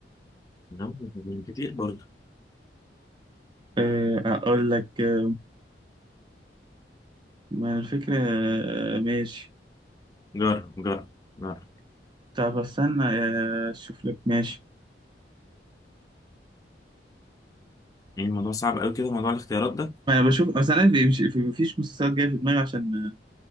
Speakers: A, on the left (about 20°); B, on the right (about 25°).
A: لا، من كتير برضه
B: آه، اقول لك آه، ما الفكرة آه، ماشي
A: جرب جرب جرب
B: طب استنى آه، اشوف لك ماشي
A: يعني الموضوع صعب قوي كده موضوع الاختيارات ده
B: ما انا بشوف اصلا انا مش- في- مفيش مسلسلات جايه في دماغي عشان